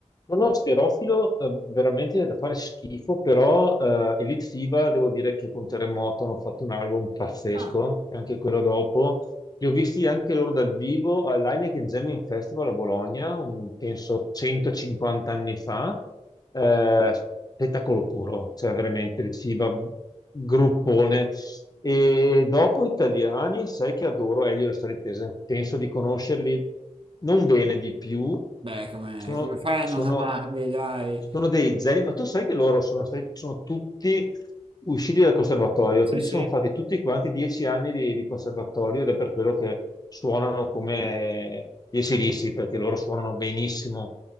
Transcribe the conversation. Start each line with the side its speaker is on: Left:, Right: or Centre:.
Left: no, Schierofilo eh, veramente è da fare schifo, però eh, Elite FIBA devo dire che con Terremoto hanno fatto un album pazzesco,
Right: Ah,
Left: e anche quello dopo. Li ho visti anche loro dal vivo all'Heineken Jamming Festival a Bologna, un- penso 150 anni fa. Eh, spettacolo puro, cioè veramente Elite FIBA, gruppone E dopo italiani, sai che adoro Elio e le storie tese. Penso di conoscerli non bene di più.
Right: Beh, come,
Left: Sono,
Right: come fai
Left: sono-
Right: a non amarli, dai?
Left: sono dei zeri, ma tu sai che loro sono stati, sono tutti usciti dal conservatorio,
Right: Sì,
Left: quindi
Right: sì.
Left: sono fatti tutti quanti dieci anni di, di conservatorio ed è per quello che suonano come gli ac perché loro suonano benissimo,